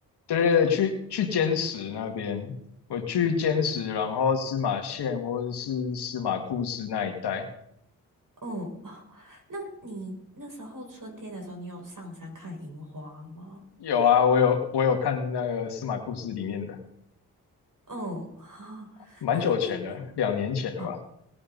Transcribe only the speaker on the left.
对对对，去去坚石那边，我去坚石，然后司马县或者是司马库斯那一带
有啊，我有我有看那个司马库斯里面的，
蛮久前了，
两年前的吧。